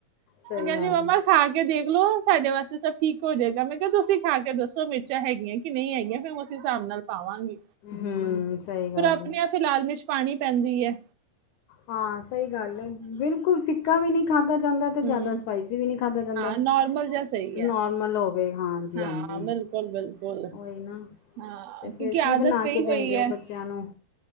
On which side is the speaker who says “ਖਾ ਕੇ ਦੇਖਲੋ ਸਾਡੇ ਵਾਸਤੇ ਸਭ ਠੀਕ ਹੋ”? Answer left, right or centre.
Right